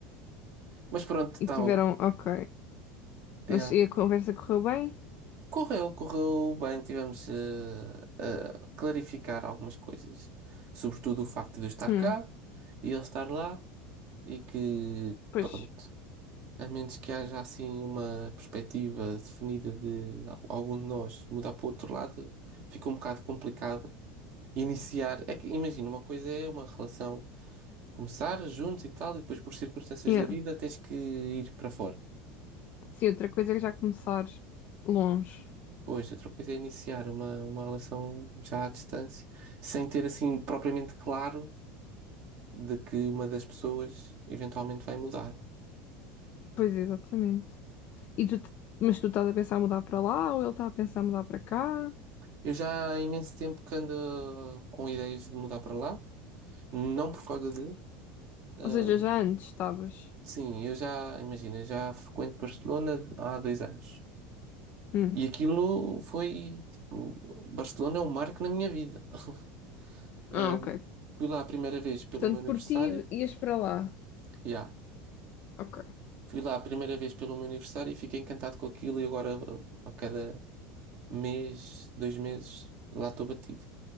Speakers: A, on the right; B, on the left.
A: Mas pronto,
B: E
A: tá,
B: tiveram, ok.
A: é,
B: Mas e a conversa correu bem?
A: Correu, correu bem, tivemos eh, a clarificar algumas coisas, sobretudo o facto de eu estar
B: Hum,
A: cá e ele estar lá, e que,
B: pois.
A: pronto, a menos que haja assim uma perspectiva definida de al- algum de nós mudar para o outro lado, fica um bocado complicado iniciar. É que, imagina, uma coisa é uma relação começar juntos e tal, e depois por circunstâncias
B: Yeah.
A: da vida tens que ir para fora.
B: Sim, outra coisa é já começar longe.
A: Pois, eu coisa é iniciar uma, uma relação já à distância, sem ter assim propriamente claro de que uma das pessoas eventualmente vai mudar.
B: Pois, exatamente. E tu, t- mas tu estás a pensar em mudar para lá ou ele está a pensar em mudar para cá?
A: Eu já há imenso tempo que ando com ideias de mudar para lá, não por causa dele. Ah,
B: Ou seja, já antes estavas.
A: sim, eu já, imagina, já frequento Barcelona há dois anos.
B: Hum.
A: E aquilo foi, tipo, Barcelona é um marco na minha vida. <laughs>
B: Ah,
A: Ah,
B: ok.
A: fui lá a primeira vez pelo
B: Portanto,
A: meu aniversário,
B: por ti ias para lá.
A: já.
B: Ok.
A: Fui lá a primeira vez pelo meu aniversário e fiquei encantado com aquilo e agora a cada mês, dois meses, lá estou batido.